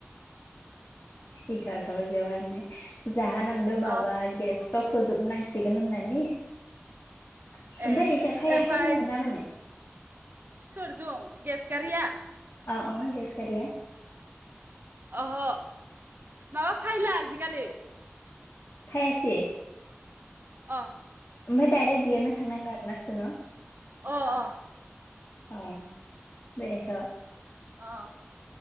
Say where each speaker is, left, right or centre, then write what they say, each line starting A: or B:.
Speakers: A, on the left (about 55°); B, on the right (about 50°).
A: एगारथा बाजियाबा जाहा नांदों माबा
B: अ
A: गेस बाव फोजोबनांसिगोन होननानै ओमफ्राय
B: ए
A: इजा फैखायाखै
B: ओमफ्राय
A: नामा दामाने
B: सोरजों गेस गारिया
A: अ अ गेस गारिया
B: अह माबा फायला आजिखालि
A: फैयासि
B: अ
A: ओमफ्राय डायरेक्ट बेयावनो थांनांगौ आरो ना नोंसोर न'
B: अ अ
A: अ बेरायखा
B: अ